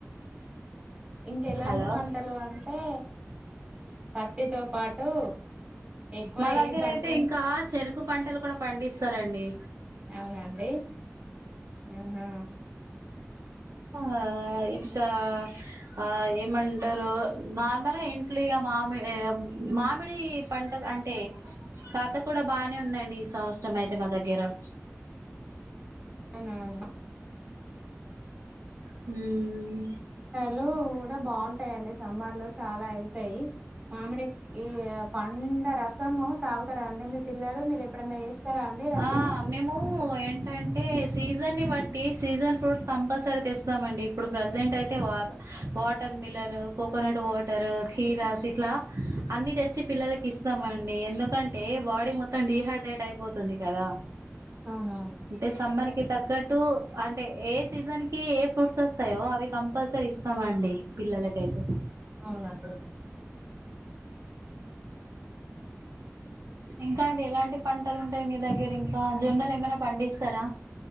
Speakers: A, on the right; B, on the right.
A: ఇంక ఎలాంటి
B: హలో
A: పంటలు అంటే పత్తితో పాటు ఎక్కువ
B: మా దగ్గర
A: ఏం పంటి
B: అయితే ఇంకా చెరుకు పంటలు ఇక్కడ పండిస్తారండి
A: అవునా అండి ఆహా
B: ఆ ఇ కా ఆ ఏ ఏమంటారు నార్మల్ గా ఇంట్లు మామిడి మామిడి పంట అంటే కథ కూడా బానే ఉందండి సంవత్సరం అయితే మా దగ్గర <inaudible> <inaudible>
A: అవునవును
B: హుమ్మ్
A: లు కూడా బాగుంటాయిండి సమ్మర్ లో చాలా వెళ్తాయి మామిడి ఈ పండ్ల రసము తాగుతారా అండి మీ పిల్లలు మీరు ఎప్పుడన్నా చేస్తారా అండి రసము
B: ఆ మేము ఏంటంటే సీజన్ని బట్టి సీజన్ ఫ్రూట్స్ కంపల్సరీ తెస్తామండి ఇప్పుడు ప్రజెంట్ అయితే వా వాటర్ మిలన్ కోకోనట్ వాటర్ కీరాస్ ఇట్లా అన్ని తెచ్చి పిల్లలకి ఇస్త అండి ఎందుకంటే బాడీ మొత్తం డిీహైడ్రేట్ అయిపోతుంది కదా
A: అవునవును
B: అంటే సమ్మర్ తగ్గట్టు అంటే ఏ సీజన్ కి ఏ ఫ్రూట్స్ వస్తాయో అవి క కంపల్సరీ ఇస్తామ అండి పిల్లలకైతే
A: అవునండి
B: ఇంకా అండి ఎలాంటి ఉంటాయి ఇంకా మీ దగ్గర ఇంకా జొన్నలు ఏమైనా పండిస్తారా